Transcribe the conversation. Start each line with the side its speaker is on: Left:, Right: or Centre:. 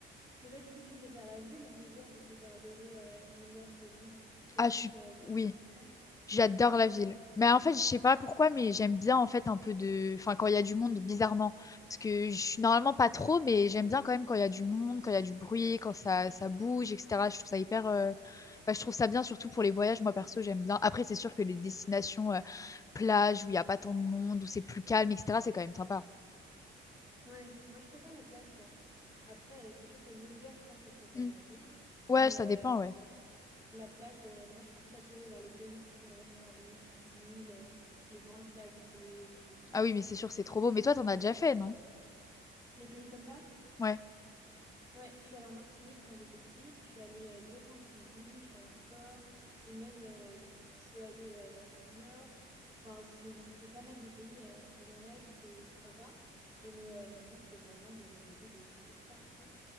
Right: Mais toi, du coup, tu préfères la ville, on peut dire, vu que t'as adoré euh, New York et Londres. T'es
Left: Ah,
Right: plus
Left: je suis.
Right: euh, ville
Left: Oui.
Right: que montagne
Left: J'adore
Right: et que mer.
Left: la ville. Mais en fait, je sais pas pourquoi, mais j'aime bien en fait un peu de... Enfin, quand il y a du monde, bizarrement. Parce que je suis normalement pas trop, mais j'aime bien quand même quand il y a du monde, quand il y a du bruit, quand ça, ça bouge, etc. Je trouve ça hyper... euh, enfin, je trouve ça bien, surtout pour les voyages. Moi, perso, j'aime bien. Après, c'est sûr que les destinations euh, plages où il y a pas tant de monde, où c'est plus calme, etc., c'est quand même sympa.
Right: Ouais, moi, je préfère la plage, je pense. Après, euh, c'est sûr que l'hiver, je pense que je préférais
Left: Mm.
Right: la ville.
Left: Ouais,
Right: Mais
Left: ça dépend,
Right: euh,
Left: ouais.
Right: la plage, euh, moi, je suis plus attirée vers les pays qui sont vraiment euh, les petites îles, euh, les grandes plages bleues et tout.
Left: Ah oui, mais c'est sûr que c'est trop beau. Mais toi, t'en as déjà fait, non?
Right: Les pays comme ça?
Left: Ouais.
Right: Ouais, je suis allée en Martinique quand j'étais petite, je suis allée euh, deux fois en Tunisie, je suis allée en Corse et même euh, je suis allée euh, à Minorque. Enfin, j'ai visité pas mal de pays euh, pour mon âge, c'est c'est sympa. Et mais euh, mon but, c'est vraiment de voyager de, de partout